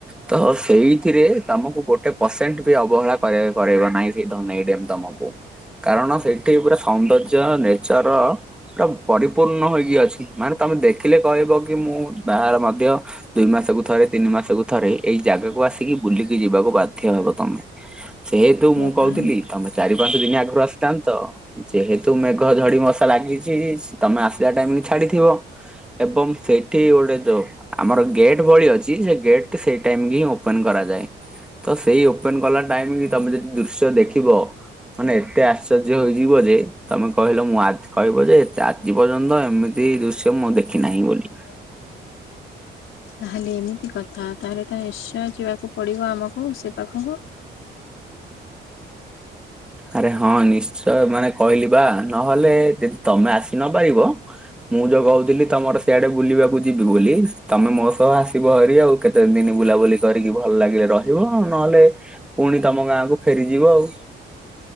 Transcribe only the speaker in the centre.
ତ ସେଇଥିରେ ତମକୁ ଗୋଟେ ପସେଣ୍ଟ ବି ଅବହେଳା କରେଇ କରେଇବ ନାହି ଠିି ଧନେଇ ଡେମ୍ ତମକୁ କାରଣ ସେଠି ପୁରା ସୌନ୍ଦର୍ଯ୍ୟ ର ନେଚର ପୁରା ପରିପୂର୍ଣ ହୋଇକି ଅଛି ମାନେ ତମେ ଦେଖିଲେ କହିବ କି ମୁଁ ବାହାରେ ମଧ୍ୟ ଦୁଇ ମାସକୁ ଥରେ ତିନି ମାସକୁ ଥରେ ଏଇ ଜାଗାକୁ ଆସିକି ବୁଲିକି ଯିବାକୁ ବାଧ୍ୟ ହବ ତମେ ଯେହେତୁ
ମୁଁ କଉଥିଲି
ତମେ ଚାରି ପାଞ୍ଚ ଦିନି ଆଗୁରୁ ଆସିତାନ୍ତ ଯେହେତୁ ମେଘ ଝଡି ମଶା ଲାଗିଚି ଛି ତମେ ଆସିଲା ଟାଇମିକି ଛାଡିଥିବ ଏବଂ ସେଠି ଗୋଟେ ଯୋଉ ଆମର ଗେଟ୍ ଭଳି ଅଛି ସେ ଗେଟଟି ସେଇ ଟାଇମକି ହିଁ ଓପେନ୍ କରାଯାଏ ତ ସେଇ ଓପେନ୍ କଲା ଟାଇମକି ବି ତମେ ଯଦି ଦୃଶ୍ୟ ଦେଖିବ ମାନେ ଏତେ ଆଶ୍ଚର୍ଯ୍ୟ ହୋଇଯିବ ଯେ ତମେ କହିଲ ମୁଁ ଆଦ୍ କହିବ ଯେ ଏତେ ଆଜି ପର୍ଯ୍ୟନ୍ତ ଏମି ତି ଦୁଶ୍ୟ ମୁଁ ଦେଖି ନାହିଁ ବୋଲି
ଆରେ ହଁ ନିଶ୍ଚୟ ମାନେ କହିଲି ବା ନହେଲେ ଯଦି ତମେ ଆସି ନ ପାରିବ ମୁଁ ଯୋଉ କହୁଥିଲି ତମର ସେଆଡେ ବୁଲିବାକୁ ଯିବି ବୋଲି ତମେ ମୋ ସହ ଆସିବ ହରି ଆଉ କେତେ ଦିନ ବୁଲାବୁଲି କରିକି ଭଲ ଲାଗିଲେ ରହିବ ନହେଲେ ପୁଣି ତମ ଗାଁକୁ ଫେରିଯିବ ଆଉ